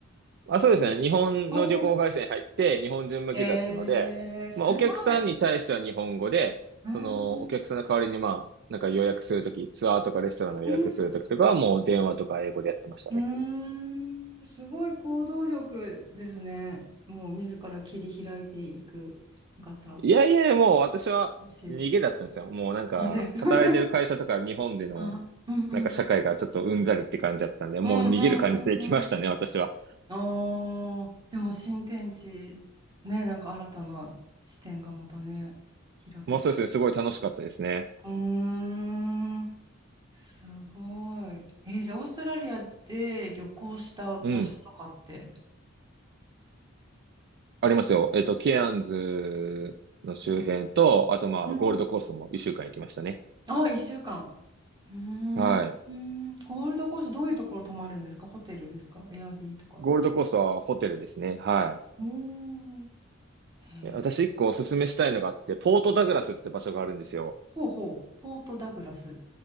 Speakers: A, on the right; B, on the right.
A: あ、そうですね。日本の旅行会社に入って、
B: おー
A: 日本人向けだったので、
B: えー、すごい。
A: まあ、お客さんに対しては日本語で、
B: うーん、
A: その、お客さんの代わりに、まあ、なんか予約するとき、ツアーとかレストランの予約するときとかは、
B: うん
A: もう電話とか英語でやってましたね。
B: うーんすごい行動力ですね。もう自ら切り開いていく方。
A: いやいや、もう私は逃げだったんですよ。
B: 私。
A: もうなんか、
B: なんで、
A: 働いてる会社とか日本での、
B: <laughs> あ、うんうん。
A: なんか社会がちょっとうんざりって感じだったんで、もう逃げる感じで行きましたね、
B: うんうんうんうん。
A: 私は。
B: あーでも新天地、ね、なんか新たな視点がまたね、開けて。
A: もうそうですね、すごい楽しかったですね。
B: うーん、すごい。えーじゃあオーストラリアで旅行した場所とかって。
A: うん。ありますよ。えっと、ケアンズの周辺と、
B: うん。
A: あとまあ、
B: うん
A: ゴールドコーストも一週間行きましたね。
B: あ、1週間。うーん、
A: はい。
B: うーんゴールドコーストどういうところ泊まるんですかホテルですかエアビーとか。
A: ゴールドコーストはホテルですね。は
B: おー。へー
A: い。え私一個おすすめしたいのがあって、ポートダグラスって場所があるんですよ。
B: ほうほう。ポートダグラス。